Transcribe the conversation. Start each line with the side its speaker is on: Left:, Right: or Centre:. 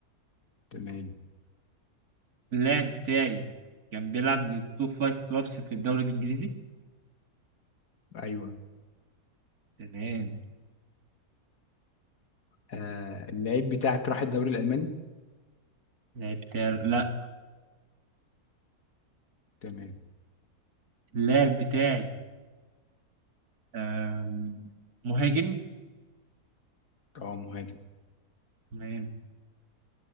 Left: تمام
Right: اللاعب بتاعي كان بيلعب من التوب فايف كلوبس في الدوري الإنجليزي
Left: ايوه
Right: تمام
Left: آه اللعيب بتاعك راح الدوري الألماني
Right: اللاعب بتاعي لا
Left: تمام
Right: اللاعب بتاعي آم، مهاجم
Left: اه مهاجم
Right: تمام